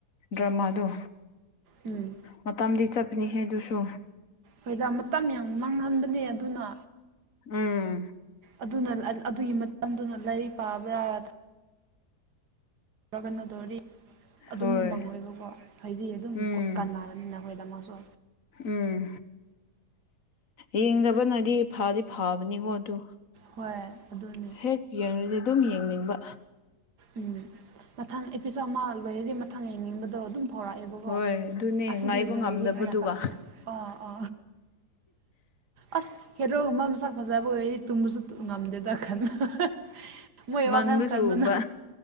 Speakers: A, on the left; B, on the right.
A: ꯗ꯭ꯔꯃꯥꯗꯣ
B: ꯎꯝ
A: ꯃꯇꯝꯗꯤ ꯆꯠꯄꯅꯤꯍꯦ ꯑꯗꯨꯁꯨ
B: ꯍꯣꯏꯗ ꯃꯇꯝ ꯌꯥꯝ ꯃꯥꯡꯍꯟꯕꯅꯦ ꯑꯗꯨꯅ
A: ꯎꯝ
B: ꯑꯗꯨꯅ <unintelligible> ꯑꯗꯨꯒꯤ ꯃꯇꯝꯗꯨꯅ ꯂꯥꯏꯔꯤꯛ ꯄꯥꯕ꯭ꯔꯥ <unintelligible> ꯥ <unintelligible> ꯇꯧꯔꯗꯤ ꯑꯗꯨꯃꯛ
A: ꯍꯣꯏ
B: ꯃꯪꯉꯣꯏꯕꯀꯣ ꯍꯥꯏꯗꯤ ꯑꯗꯨꯝ
A: ꯎꯝ
B: ꯀꯅ ꯎꯝ ꯅꯈꯣꯏꯗꯃꯁꯨ
A: ꯎꯝ ꯌꯦꯡꯗꯕꯅꯗꯤ ꯐꯗꯤ ꯐꯥꯕꯅꯤꯀꯣ ꯑꯗꯨ
B: ꯍꯣꯏ ꯑꯗꯨꯅꯤ
A: ꯍꯦꯛ ꯌꯦꯡꯉꯗꯤ ꯑꯗꯨꯝ ꯌꯦꯡꯅꯤꯡꯕ
B: ꯎꯝ ꯃꯊꯪ ꯑꯦꯄꯤꯁꯣꯠ ꯑꯃ ꯂꯣꯏꯔꯗꯤ ꯃꯊꯪ ꯌꯦꯡꯅꯤꯡꯕꯗꯣ ꯑꯗꯨꯝ ꯐꯥꯎꯔꯛꯑꯦꯕꯀꯣ
A: ꯍꯣꯏ ꯑꯗꯨꯅꯦ
B: ꯑꯁꯤꯗꯤ
A: ꯉꯥꯏꯕ
B: ꯂꯣꯏꯒꯦ
A: ꯉꯝꯗꯕꯗꯨꯒ
B: ꯍꯥꯏꯅ ꯈꯜꯂꯁꯨ ꯑ ꯑ ꯑꯁ ꯍꯦꯔꯣꯒꯨꯝꯕ ꯃꯁꯛ ꯐꯖꯕ ꯑꯣꯏꯔꯗꯤ ꯇꯨꯝꯕꯁꯨ ꯉꯝꯗꯦꯗ <unintelligible> ꯃꯣꯏ
A: ꯃꯪꯗꯁꯨ
B: ꯋꯥꯈꯟ ꯈꯟꯕꯅ
A: ꯎꯕ